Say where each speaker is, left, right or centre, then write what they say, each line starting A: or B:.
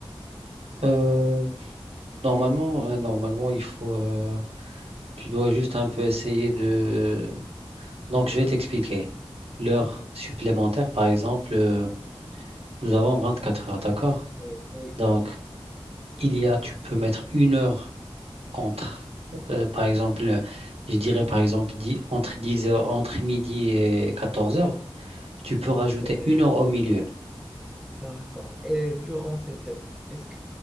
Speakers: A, on the right; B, in the centre.
A: Euh, normalement,
B: Non.
A: euh, normalement, il faut, euh, tu dois juste un peu essayer de. Donc, je vais t'expliquer. L'heure
B: Ok.
A: supplémentaire, par exemple, euh, nous avons 24 heures, d'accord?
B: Oui, oui,
A: Donc, il y a, tu peux mettre une heure entre, euh, par exemple, je dirais par exemple, dix- entre 10 heures, entre midi et 14 heures, tu peux rajouter
B: c'est
A: une heure
B: bon.
A: au milieu.
B: D'accord. Et durant cette est-ce que